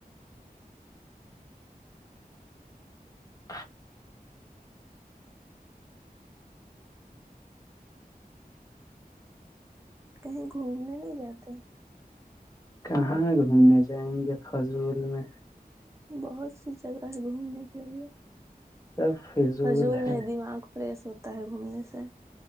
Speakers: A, on the left; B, on the right.
A: ہاں
B: کہیں گھومنے نہیں جاتے
A: کہاں گھومنے جائیں گے فضول میں
B: بہت سی جگہ ہے گھومنے کے لیے
A: سب فضول
B: حضول نے
A: ہے
B: دماغ کو فریش ہوتا ہے گھومنے سے